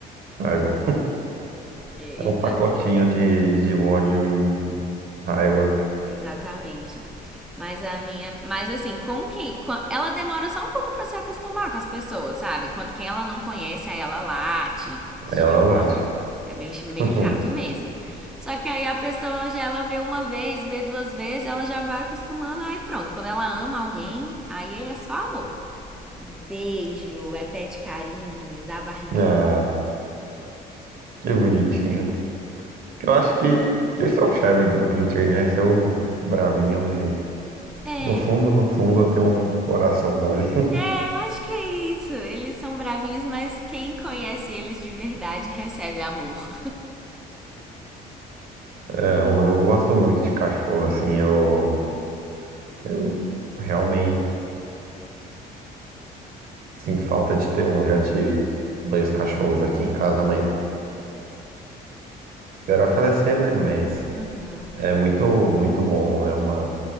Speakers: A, on the right; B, in the centre.
A: Raiva.
B: É,
A: É
B: isso
A: um pacotinho
B: é-
A: de, de ódio e raiva.
B: exatamente. Mas a minha. Mas assim, com quem. com- ela demora só um pouco pra se acostumar com as pessoas, sabe? Quando, quem ela não conhece, aí ela late, chatinha.
A: Ela late.
B: É bem ch- meio
A: <laughs>
B: chato mesmo. Só que aí a pessoa já ela vê uma vez, vê duas vezes, ela já vai acostumando, aí pronto. Quando ela ama alguém, aí é só amor. beijo, é pé de carinho, dá barriguinha.
A: Ah, que bonitinho. Eu acho que, que esse é o charme do pincher, né? Seu bravinho mesmo.
B: É,
A: No fundo, no fundo, eu tenho um coração mole. <laughs>
B: é, eu acho que é isso. Eles são bravinhos, mas quem conhece eles de verdade recebe amor.
A: É, eu, eu gosto muito de cachorro, assim, eu, eu realmente sinto falta de ter um. Eu já tive dois cachorros aqui em casa, mas esperar falecer, né? Mas
B: Uhum.
A: é muito, muito bom, é uma